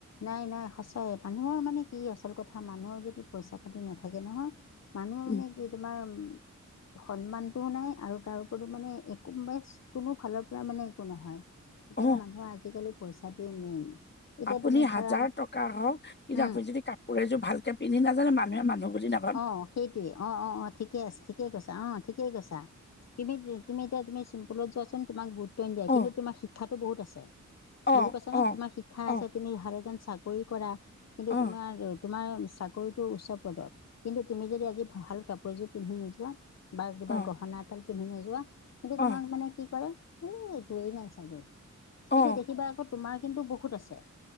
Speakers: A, on the left (about 60°); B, on the left (about 35°).
A: নাই, নাই সঁচাই মানুহৰ মানে কি আচল কথা মানুহৰ যদি পইচা-পাতি নাথাকে নহয় মানুহে মানে
B: উম,
A: কি তোমাৰ সন্মানটোও নাই আৰু তাৰ উপৰিও মানে একো <unintelligible> কোনো ফালৰ পৰা মানে একো নহয়। সেইকাৰণে
B: অ'
A: মানুহৰ আজিকালি পইচাটোৱে মেইন, এতিয়া
B: আপুনি
A: তুমি ধৰা
B: হাজাৰ টকা হওঁক কিন্তু
A: উম
B: আপুনি যদি কাপোৰ এযোৰ ভালকে পিন্ধি নাযায় ন, মানুহে মানুহ বুজি না
A: অ' অ'সেইটোৱে অ'অ'অ'ঠিকে আছে ঠিকে কৈছা অ'। ঠিকেই কৈছা, কিন্তু তুমি এতিয়া তুমি চিম্পুলত যোৱাচোন তোমাক গুৰুত্ব নিদিয়ে
B: অ'
A: কিন্তু, তোমাৰ শি ক্ষাতো বহুত আছে
B: অ'
A: বুজি পাইছা নে?
B: অ'
A: তোমাৰ শিক্ষা
B: অ'
A: আছে, তুমি ভাল এজন চাকৰি কৰা কিন্তু
B: অ'
A: তোমাৰ, তোমাৰ চাকৰিটো উচ্চ পদত কিন্তু তুমি যদি আজি ভাল কাপোৰ এযোৰ পিন্ধি নোযোৱা বা কিবা
B: অ'
A: গহনা এদাল পিন্ধি নোযোৱা কিন্তু
B: অ'
A: তোমাক মানে কি কৰে এই একোৱেই নাই চাগৈ,
B: অ'
A: কিন্তু দেখিবা আকৌ তোমাৰ কিন্তু বহুত আছে।